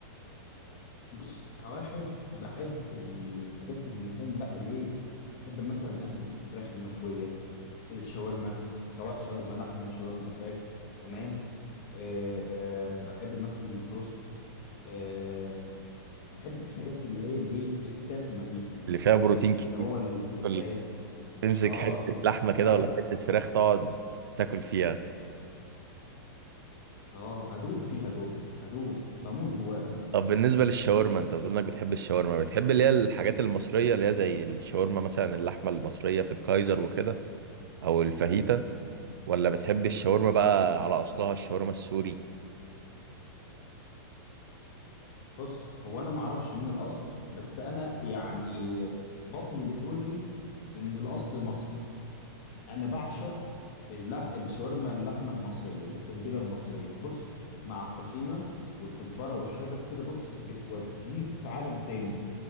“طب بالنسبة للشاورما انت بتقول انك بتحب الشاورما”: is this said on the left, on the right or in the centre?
Right